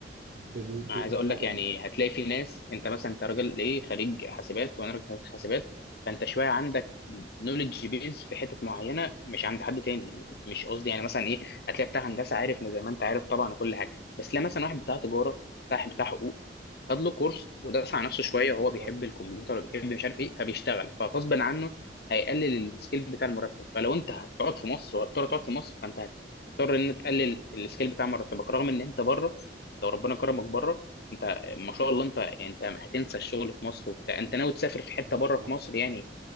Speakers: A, on the right (about 60°); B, on the left (about 60°).
A: ب... ب...
B: انا
A: ب...
B: عايز
A: بسعر
B: اقول لك يعني
A: مجزي
B: هتلاقي في ناس انت مثلا انت راجل ايه خريج حاسبات وانا راجل خريج حاسبات فانت شويه عندك نولج بيز في حتت معينه مش عند حد تاني مش قصدي يعني مثلا ايه هتلاقي بتاع هندسه عارف زي ما انت عارف طبعا وكل حاجه بس لا مثلا واحد بتاع تجاره بتاع بتاع حقوق خد له كورس ودرس على نفسه شويه
A: بالظبط
B: وهو بيحب الكمبيوتر
A: بالظبط
B: وبيحب مش عارف ايه فبيشتغل فغصب عنه هيقلل السكيل بتاع المرتب فلو انت هتقعد في مصر وهتضطر تقعد في مصر فانت هتضطر ان تقلل السكيل بتاع مرتبك رغم ان انت بره لو ربنا كرمك بره انت ما شاء الله انت يعني انت هتنسى الشغل في مصر وبتاع انت ناوي تسافر في حته
A: انا
B: بره
A: هنسى مصر
B: في مصر يعني